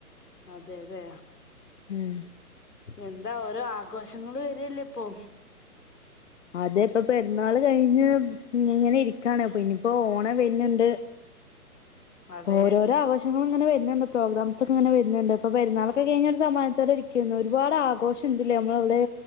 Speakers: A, on the left (about 80°); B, on the left (about 50°).
A: അതെ അതെ
B: ഉം
A: എന്താ ഓരോ ആഘോഷങ്ങളും വരില്ലേ ഇപ്പൊ
B: അത ഇപ്പ പെരുന്നാൾ കഴിഞ്ഞ് ഇങ്ങനെ ഇരിക്കാണ്, പിന്നപ്പോ ഓണ വരുന്നുണ്ട്.
A: അതെ
B: ഓരോരോ ആഘോശങ്ങള അങ്ങനെ വരുന്നുണ്ട്, പ്രോഗ്രാംസ് ഒക്കെ അങ്ങനെ വരുന്നുണ്ട്, ഇപ്പൊ പെരുന്നാളൊക്കെ കഴിഞ്ഞ ഒരുസമാനത്തോടെ ഇരിക്കുന്നു ഒരുപാട് ആഘോഷം ഇണ്ട് ഇല്ലേ നമ്മള അവിടെ